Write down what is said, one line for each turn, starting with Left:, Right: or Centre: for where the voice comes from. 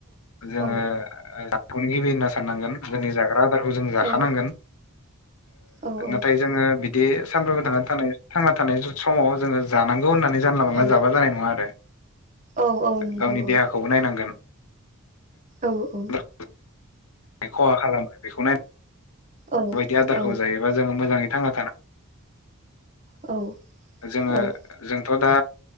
Left: जोङो
Right: औ
Left: अनगिबि होनना साननांगोन जोंनि जागोन। आदारखौ जों जाखानांगोन
Right: औ औ
Left: नाथाय जोङो बिदि सानफ्रोमबो थांनानै थानाय थांना थानाय समाव जोङो जानांगौ होननानै जानला मानला
Right: औ
Left: जाबा जानाय नङा आरो
Right: औ औ नंगौ
Left: गावनि
Right: औ
Left: देहाखौबो नायनांगोन।
Right: औ औ।
Left: जों खहा खालामो बेखौ नाय
Right: औ
Left: बायदि आदारखौ
Right: औ
Left: जायोबा जोङो मोजाङै थांना थान
Right: औ।
Left: जोङो
Right: औ
Left: जोंथ' दा